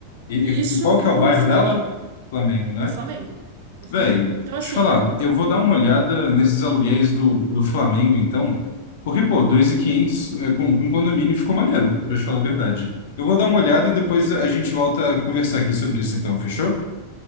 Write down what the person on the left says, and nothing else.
E,
e-
e qual que é o
bairro
dela? Flamengo, né?
Véi, deixa
eu
te falar, eu vou dar uma olhada nesses aluguéis do, do Flamengo, então, porque, pô, 2.500, né, com, com condomínio ficou maneiro, pra te falar a verdade. Eu vou dar uma olhada e depois
a gente volta a conversar aqui sobre isso, então, fechou?